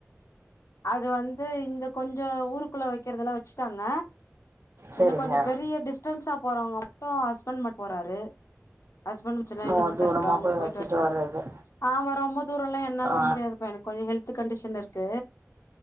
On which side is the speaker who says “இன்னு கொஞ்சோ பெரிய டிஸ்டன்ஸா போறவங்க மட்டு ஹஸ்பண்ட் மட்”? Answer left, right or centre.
Left